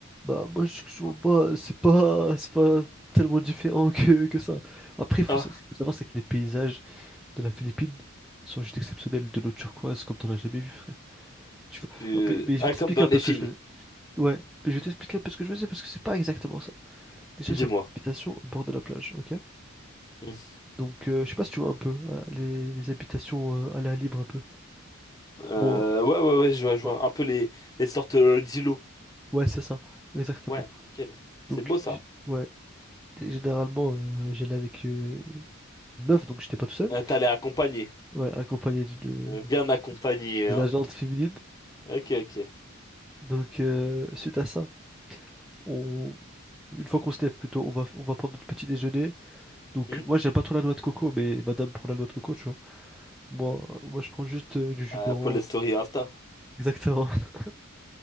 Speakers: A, in the centre; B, on the left.
A: bah moi je je trouve
B: tu vois.
A: pas, c'est pas, c'est pas tellement différent que, que ça. Après, il faut,
B: Ah,
A: sa- faut savoir c'est que les paysages de la Philippine sont juste exceptionnels, de l'eau turquoise comme t'en as jamais vu, frère. Tu vois-
B: je-
A: Ah, mais, mais je
B: ah,
A: vais t'expliquer
B: comme dans
A: un
B: les
A: peu ce
B: films,
A: que je faisais. Ouais, mais je vais t'expliquer un peu ce que je faisais parce que c'est pas exactement ça. Déjà,
B: dis-moi.
A: j'avais une habitation au bord de la plage, ok?
B: Mm.
A: Donc, euh, je sais pas si tu vois un peu euh, les, les habitations euh, à l'air libre un peu.
B: Euh,
A: Bon, euh,
B: ouais, ouais, ouais, je vois, je vois.
A: bon,
B: Un peu les, les sortes euh, d'îlots.
A: ouais, c'est ça, exactement.
B: Ouais, nickel. C'est
A: Donc,
B: beau ça.
A: j- ouais, t- généralement, euh, j'allais avec euh, une meuf, donc j'étais pas tout seul.
B: Euh, t'allais accompagner.
A: Ouais, accompagné d'une
B: Euh, bien accompagné,
A: de
B: hein.
A: l'agente féminine.
B: Ok, ok.
A: Donc, euh, suite à ça, on, une fois qu'on se lève plutôt, on va, on va prendre notre petit déjeuner. Donc,
B: Hmm
A: moi, j'aime pas trop la noix de coco, mais madame prend la noix de coco, tu vois. Moi, moi je prends juste euh, du jus
B: Euh,
A: d'orange.
B: pour les stories Insta.
A: Exactement. <laughs>